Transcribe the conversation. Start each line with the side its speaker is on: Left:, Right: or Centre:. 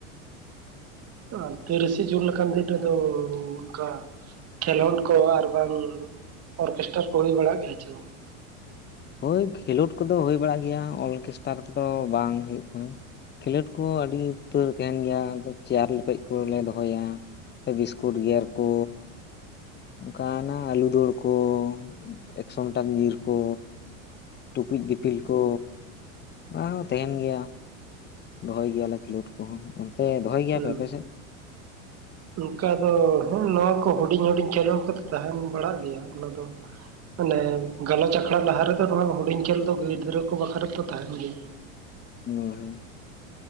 Right: ᱟᱨ ᱛᱤᱨᱤᱥᱟ ᱡᱩᱱ ᱞᱮᱠᱟᱱ ᱫᱤᱱ ᱨᱮᱫᱚ ᱚᱱᱠᱟ ᱠᱷᱮᱞᱳᱰ ᱠᱚ ᱟᱨ ᱵᱟᱝ ᱚᱨᱠᱮᱥᱴᱟᱨ ᱠᱚ ᱦᱩᱭ ᱵᱟᱲᱟᱜ ᱜᱮᱭᱟ ᱪᱮ ᱵᱟᱝ
Left: ᱦᱳᱭ ᱠᱷᱮᱞᱳᱰ ᱠᱚᱫᱚ ᱦᱩᱭ ᱵᱟᱲᱟᱜ ᱜᱮᱭᱟ ᱚᱨᱠᱮᱥᱴᱟᱨ ᱠᱚᱫᱚ ᱵᱟᱝ ᱦᱩᱭᱩᱜ ᱠᱟᱱᱟ᱾ ᱠᱷᱮᱞᱳᱰ ᱠᱚᱦᱚ ᱟᱹᱰᱤ ᱩᱛᱟᱹᱨ ᱛᱟᱦᱮᱱ ᱜᱮᱭᱟ ᱪᱮᱭᱟᱨ ᱨᱮᱯᱮᱡ ᱠᱚᱞᱮ ᱫᱚᱦᱚᱭᱟ ᱵᱤᱥᱠᱩᱴ ᱜᱮᱨ ᱠᱚ ᱚᱱᱠᱟᱟᱱᱟ ᱟᱞᱩ ᱫᱟᱹᱲ ᱠᱚ ᱮᱠᱥᱳ ᱢᱤᱴᱟᱨ ᱧᱤᱨ ᱠᱚ ᱴᱩᱠᱩᱡ ᱫᱤᱯᱤᱞ ᱠᱚ ᱚᱱᱟ ᱦᱚᱸ ᱛᱟᱦᱮᱱ ᱜᱮᱭᱟ᱾ ᱫᱚᱦᱚᱭ ᱜᱮᱭᱟᱞᱮ ᱠᱷᱮᱞᱳᱰ ᱠᱚᱦᱚᱸ ᱚᱱᱛᱮ ᱫᱚᱦᱚᱭ ᱜᱮᱭᱟᱯᱮ
Right: ᱦᱩᱸ
Left: ᱟᱯᱮᱥᱮᱫ
Right: ᱚᱱᱠᱟ ᱫᱚ ᱦᱮᱸ ᱱᱚᱣᱟ ᱠᱚ ᱦᱩᱰᱤᱧ ᱦᱩᱰᱤᱧ ᱠᱷᱮᱞᱳᱰ ᱠᱟᱛᱮ ᱛᱟᱦᱮᱱ ᱵᱟᱲᱟᱜ ᱜᱮᱭᱟ ᱚᱱᱟ ᱫᱚ ᱢᱟᱱᱮ ᱜᱟᱞᱚᱪ ᱟᱠᱷᱲᱟ ᱞᱟᱦᱟ ᱨᱮᱫᱚ ᱦᱩᱰᱤᱧ ᱪᱮᱞ ᱫᱚ ᱜᱤᱫᱽᱨᱟᱹ ᱠᱚ ᱵᱟᱠᱷᱨᱟ ᱫᱚ ᱛᱟᱦᱮᱱ ᱜᱮᱭᱟ᱾
Left: ᱦᱩᱸ ᱦᱩᱸ